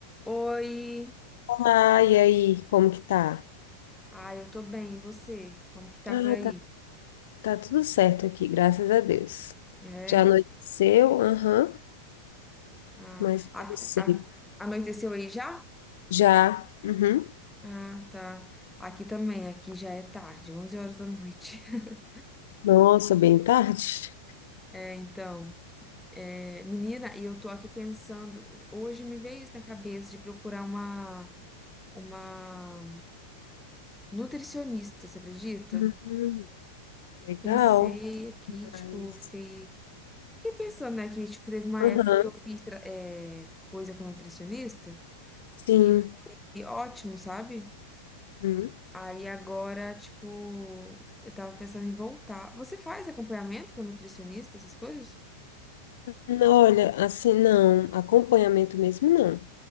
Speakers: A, in the centre; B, on the left (about 55°).
A: Oi!
B: Olá, e aí, como que tá?
A: Ai, eu tô bem, e você? Como que tá
B: Ah,
A: por aí?
B: tá, tá tudo certo aqui, graças a Deus.
A: É?
B: Já anoiteceu? Aham,
A: Ah,
B: mas
A: a-
B: sim.
A: a- anoiteceu aí já?
B: Já? Uhum.
A: Ah, tá. Aqui também, aqui já é tarde, 11 horas da noite. <laughs>
B: Nossa, bem tarde?
A: É, então, é, menina, e eu tô aqui pensando, hoje me veio isso na cabeça de procurar uma, uma nutricionista, você acredita?
B: Uhum, legal.
A: Pensei aqui, tipo,
B: Mas,
A: fiquei, fiquei pensando, né, que tipo, teve uma
B: aham,
A: época que eu fiz tra- é, coisa com nutricionista,
B: sim.
A: e E ótimo, sabe?
B: Uhum.
A: Aí agora, tipo, eu tava pensando em voltar. Você faz acompanhamento com nutricionista, essas coisas?
B: Não, olha, assim, não, acompanhamento mesmo não.